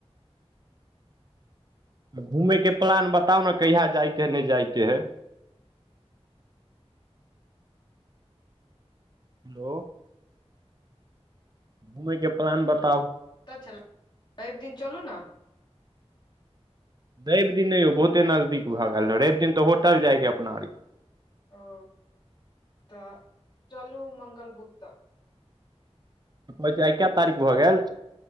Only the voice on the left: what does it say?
कतऽ छलहुँ रवि दिन चलू ने
ओ तऽ चलू मंगल बुध तऽ